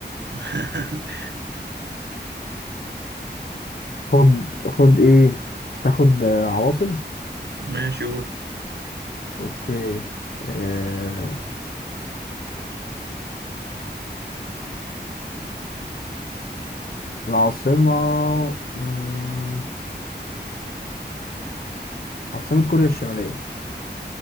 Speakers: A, on the right; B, on the left.
A: <laughs>
B: خد خد إيه تاخد آه، عواصم
A: ماشي قول
B: أوكي آه... العاصمة مم... عاصمة كوريا الشمالية